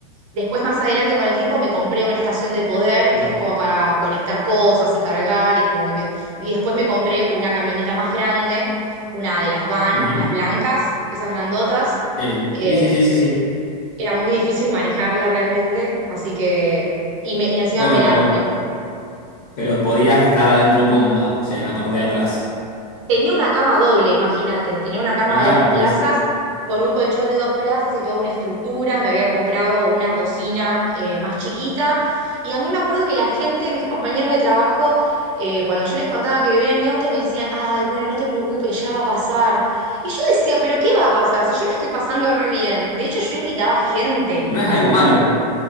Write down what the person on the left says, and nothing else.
Claro.
Ajá.
Sí,
sí, sí, sí, sí. sí.
Bueno,
pero
Pero podías estar adentro cómoda, o sea, en la parte de atrás.
Claro,
pues.
No es algo malo.